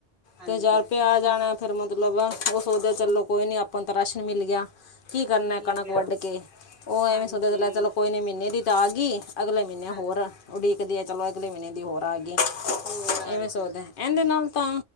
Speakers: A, in the centre; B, on the left (about 60°).
A: ਹਾਂਜੀ
B: ਤੇ ਹਜ਼ਾਰ ਰੁਪਿਆ ਆ ਜਾਣਾ ਫਿਰ ਮਤਲਬ ਉਹ ਸੋਚਦਾ ਚਲੋ ਕੋਈ ਨੀ ਆਪਾਂ ਤਾਂ ਰਾਸ਼ਨ ਮਿਲ ਗਿਆ। ਕੀ ਕਰਨਾ
A: ਮਿਲ
B: ਕਣਕ
A: ਗਿਆ
B: ਵੱਢ ਕੇ ਉਹ ਐਵੇਂ
A: ਹਾਂਜੀ,
B: ਸੋਚਿਆ ਚਲਿਆ ਚਲੋ ਕੋਈ ਨਹੀਂ ਮਹੀਨੇ ਦੀ ਤਾਂ ਆ ਗਈ। ਅਗਲੇ ਮਹੀਨੇ
A: ਹਾਂ
B: ਹੋਰ ਉਡੀਕਦੀ ਆ ਚਲੋ ਅਗਲੇ ਮਹੀਨੇ ਦੀ ਹੋਰ ਆ ਗਈ
A: ਹੋਰ ਆ
B: ਇਵੇਂ
A: ਗਈ
B: ਇਹਦੇ ਨਾਲ ਤਾਂ